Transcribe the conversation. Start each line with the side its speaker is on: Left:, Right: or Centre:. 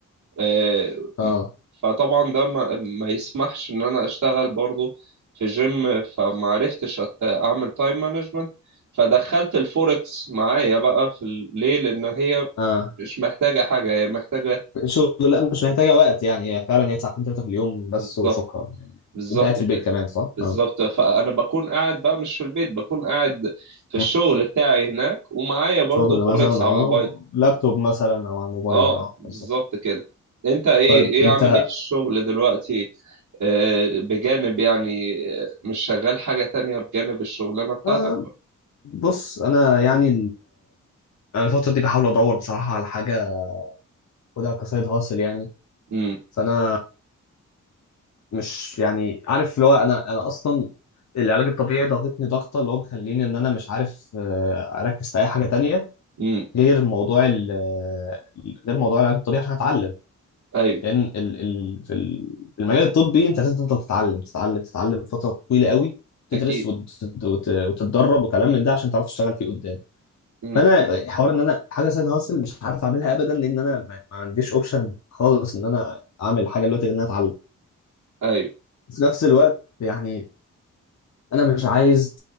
Right: آه،
Left: أه
Right: م- فطبعا ده ما, ما يسمحش إن أنا أشتغل برضو في جيم فما عرفتش أت- أعمل تايم مانجمنت فدخلت الفوركس معايا بقى في ال- ليه لأن هي
Left: أه
Right: مش محتاجة حاجة هي محتاجة
Left: شغل لا مش محتاجة وقت يعني هي فعلا هي ساعتين تلاتة في اليوم بس
Right: بالظبط
Left: وشكرا يعني
Right: بالظبط
Left: أنت قاعد في البيت
Right: كده
Left: كمان صح؟
Right: بالظبط
Left: أه
Right: فانا بكون قاعد بقى مش في البيت بكون قاعد في الشغل
Left: أمم.
Right: بتاعي هناك ومعايا برضو
Left: شغل
Right: فوركس
Left: مثلا
Right: على
Left: أه
Right: الموبايل
Left: لابتوب مثلا أو على الموبايل
Right: اه
Left: أه
Right: بالظبط
Left: بالظبط
Right: كده انت ايه
Left: طيب
Right: ايه
Left: أنت
Right: عامل ايه في الشغل دلوقتي آه بجانب يعني آه مش شغال حاجة تانية بجانب الشغلانة بتاعتك
Left: آه، بص انا يعني انا الفتره دي بحاول ادور بصراحه على حاجه خدها كسايد هاسل يعني
Right: امم
Left: فانا مش يعني عارف اللي هو انا انا اصلا العلاج الطبيعي ضغطتني ضغطه اللي هو مخليني ان انا مش عارف آه، اركز في اي حاجه تانية
Right: امم
Left: غير موضوع ال- آه، غير موضوع العلاج الطبيعي عشان اتعلم
Right: ايوه
Left: لان ال ال في ال- في المجال الطبي انت لازم تفضل تتعلم تتعلم تتعلم فتره طويله قوي تدرس
Right: اكيد
Left: وت- وت- وتتدرب وكلام من ده عشان تعرف تشتغل فيه قدام
Right: امم
Left: فانا حوار ان انا حاجه سايد هاسل مش عارف اعملها ابدا لان انا ما ما عنديش اوبشن خالص ان انا اعمل حاجه دلوقتي غير ان انا اتعلم
Right: ايوه
Left: في نفس الوقت يعني انا مش عايز